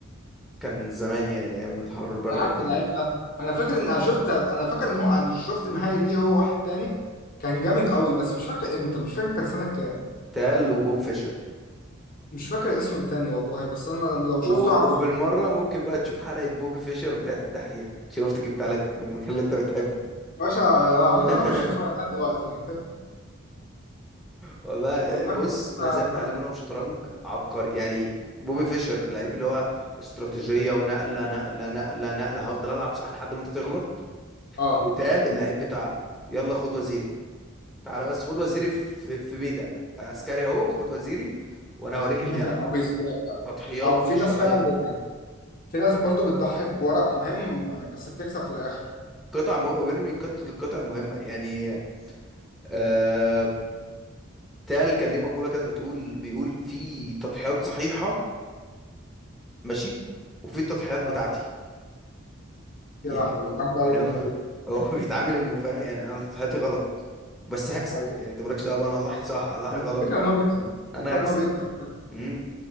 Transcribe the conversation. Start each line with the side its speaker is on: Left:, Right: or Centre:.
Centre: كان زمان يعني ايام الحرب البارده
Left: انا عارف
Centre: وكده
Left: اللعيب ده انا فاكر ان انا شفت انا فاكر ان هو انا شفت نهائي ليه هو واحد تاني كان جامد قوي بس مش فاكر امتى مش فاكر كان سنة كام
Centre: تال وبوب فيشر
Left: مش فاكر الاسم التاني والله بس انا لم- لو
Centre: و...
Left: شفته اعرف
Centre: وبالمره ممكن بقى تشوف حلقه بوبي فيشر بتاعت الدحيح شفت جبتها لك من المكان اللي انت بتحبه
Left: يا باشا يا لهوي
Centre: <laughs>
Left: ده هخش اتفرج عليه دلوقتي <laughs>
Centre: والله
Left: والله
Centre: بص
Left: هخش أتفرج
Centre: ناس زي
Left: عليه
Centre: اتعلم
Left: دلوقتي
Centre: منهم شطرنج عبقري يعني بوبي فيشر اللعيب اللي هو استراتيجيه ونقله نقله نقله نقله هفضل العب صح لحد ما انت تغلط
Left: اه
Centre: وتقال اللعيب بتاع يلا خد وزيري تعالى بس خد وزيري في في بيدق عسكري اهو خد وزيري وانا هوريك
Left: <laughs>
Centre: اللعب
Left: او بيس...
Centre: تضحيات
Left: او في
Centre: مش
Left: ناس
Centre: طبيعيه
Left: فعلا بي- يعني في ناس
Centre: ط-
Left: برضو بتضحي بورق مهم بس بتكسب في الاخر
Centre: قطع مهمه وبيرمي قط- القطع المهمه يعني آه تقال كان ليه مقوله كده بتقول بيقول في تضحيات صحيحه ماشي وفي التضحيات
Left: آه،
Centre: بتاعتي
Left: يا
Centre: يعني
Left: لهوي جامده
Centre: يعني
Left: قوي الجمله
Centre: هو
Left: دي
Centre: <laughs> هو بيتعامل انه فاهم يعني انا تضحياتي غلط بس هكسب
Left: ايوه
Centre: يعني انت مالكش دعوه بقى انا اضحي صح اضحي
Left: بس
Centre: غلط
Left: الفكره ان هو بيكسب الفكره
Centre: انا
Left: ان
Centre: هكسب
Left: هو بيكسب
Centre: امم